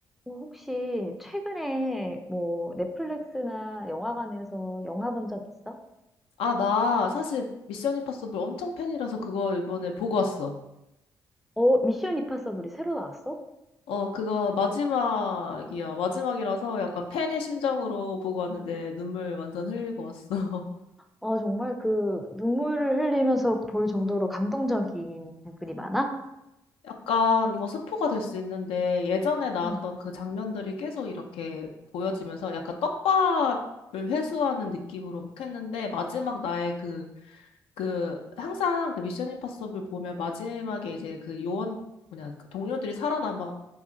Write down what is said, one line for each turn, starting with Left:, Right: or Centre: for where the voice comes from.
Centre: 어, 혹시 최근에 뭐 넷플릭스나 영화관에서 영화 본 적 있어?
Left: 아, 나 사실 미션 임파서블 엄청 팬이라서 그거 이번에 보고 왔어.
Centre: 어, 미션 임파서블이 새로 나왔어?
Left: 어, 그거 마지막이야. 마지막이라서 약간 팬의 심정으로 보고 왔는데 눈물 완전 흘리고 왔어.
Centre: 어, 정말 그 눈물을 흘리면서 볼 정도로 감동적인 부분이 많아?
Left: <laughs> 약간 이거 스포가 될 수 있는데 예전에 나왔던
Centre: 응.
Left: 그 장면들이 계속 이렇게 보여지면서 약간 떡밥을 회수하는 느낌으로 막 했는데 마지막 나의 그, 그 항상 그 미션 임파서블 보면 마지막에 이제 그 요원 뭐냐 그 동료들이 살아남아